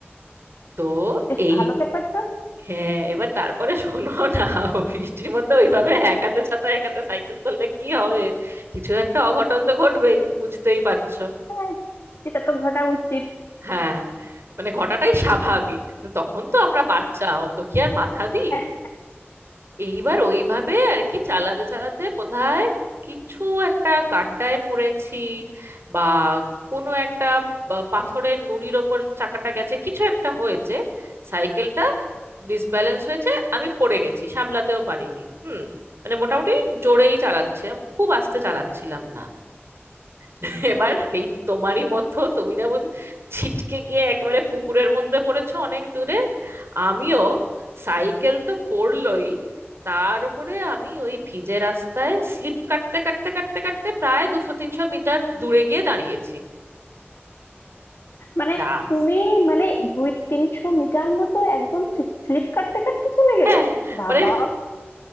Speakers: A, on the right (about 70°); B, on the left (about 70°).
A: তো
B: বেশ
A: এই
B: ভালো ব্যাপার তো
A: হ্যাঁ এবার তারপরে শোনো না বৃষ্টির মধ্যে ওইভাবে এক হাতে ছাতা এক হাতে সাইকেল করলে কি হবে কিছু একটা অঘটন তো ঘটবেই বুঝতেই পারছো
B: হ্যাঁ সেটা তো ঘটা উচিত
A: হ্যাঁ মানে ঘটাটাই স্বাভাবিক তখন তো আমরা বাচ্চা অত কি আর মাথা দিই
B: হ্যাঁ
A: এইবার ওইভাবে আর কি চালাতে চালাতে বোধহয় কিছু একটা গাড্ডায় পড়েছি বা কোনো একটা বা- পাথরের নুড়ির ওপর চাকাটা গেছে কিছু একটা হয়েছে সাইকেলটা ডিসব্যালেন্স হয়েছে আমি পড়ে গেছি সামলাতেও পারিনি হুম মানে মোটামুটি জোরেই চালাচ্ছিলাম খুব আস্তে চালাচ্ছিলাম না <laughs> এবার এই তোমারই মতো তুমি যেমন ছিটকে গিয়ে একেবারে পুকুরের মধ্যে পড়েছো অনেক দূরে আমিও সাইকেল তো পড়লই তার উপরে আমি ওই ভিজে রাস্তায় স্লিপ কাটতে কাটতে কাটতে কাটতে প্রায় দুশো তিনশো মিটার দূরে গিয়ে দাঁড়িয়েছি
B: মানে
A: রাস
B: তুমি মানে দুই তিনশো মিটার মতো একদম স্লিপ কাটতে কাটতে চলে গেলে
A: হ্যাঁ
B: বাবা
A: মানে